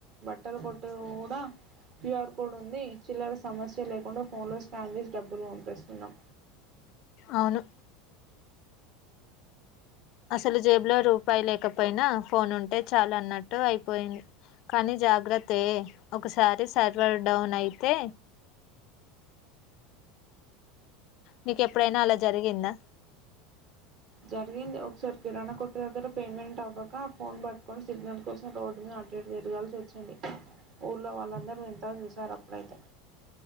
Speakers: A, on the right; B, on the left.
A: బట్టలు కొట్టు కూడా క్యూఆర్ కోడ్ ఉంది చిల్లర సమస్య లేకుండా ఫోన్లో స్కాన్ చేసి డబ్బులు పంపిస్తున్నాం.
B: అవును. అసలు జేబులో రూపాయి లేకపోయినా ఫోన్ ఉంటే చాల్ అన్నట్టు అయిపోయింది కానీ జాగ్రత్తే ఒకసారి సర్వర్ డౌన్ అయితే నీకెప్పుడైనా అలా. జరిగిందా.
A: జరిగింది ఒకసారి కిరాణా కొట్టు దగ్గర పేమెంట్ అవ్వక ఫోన్ పట్టుకొని సిగ్నల్ కోసం రోడ్ మీన అటు ఇటు తిరగాల్సి వచ్చింది ఊర్లో వాళ్ళందరూ వింతగా చూసారు అప్పుడైతే.